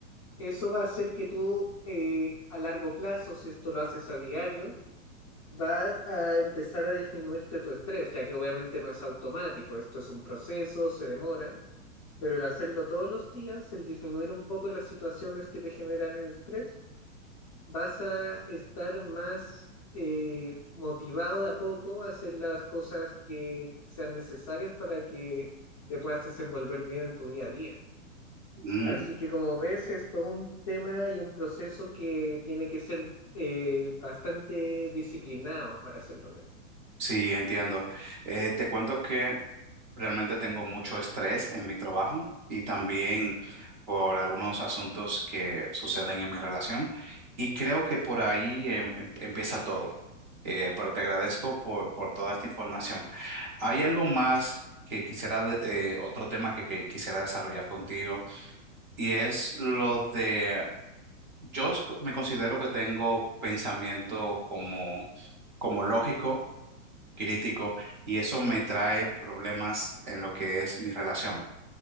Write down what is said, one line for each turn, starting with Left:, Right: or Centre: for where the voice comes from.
Left: eso va a hacer que tú eh, a largo plazo, si esto lo haces a diario, va a empezar a disminuirte tu estrés, ya que obviamente no es automático, esto es un proceso, se demora, pero el hacerlo todos los días, el disminuir un poco las situaciones que te generan estrés, vas a estar más eh, motivado de a poco a hacer las cosas que sean necesarias para que te puedas desenvolver bien en tu día a día.
Right: Mm,
Left: Así que como ves, es todo un tema y un proceso que tiene que ser eh, bastante disciplinado para hacerlo bien.
Right: sí, entiendo. Eh, te cuento que Realmente tengo mucho estrés en mi trabajo y también por algunos asuntos que suceden en mi relación. Y creo que por ahí em- em- empieza todo. Eh, pero te agradezco por, por toda esta información. ¿Hay algo más que quisiera, de- eh, otro tema que, que quisiera desarrollar contigo? Y es lo de, yo s- me considero que tengo pensamiento como, como lógico, crítico, y eso me trae problemas en lo que es mi relación